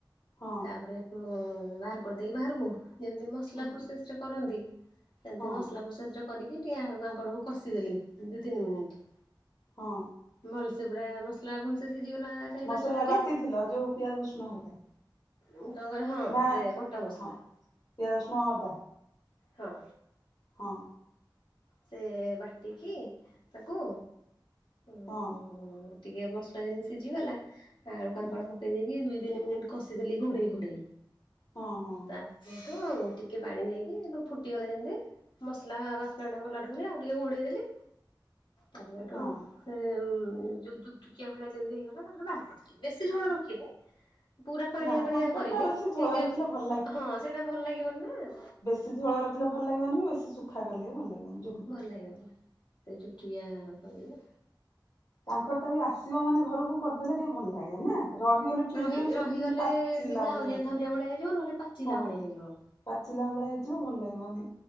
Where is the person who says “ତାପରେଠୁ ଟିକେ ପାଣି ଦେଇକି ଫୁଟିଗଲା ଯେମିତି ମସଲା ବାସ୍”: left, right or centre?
Left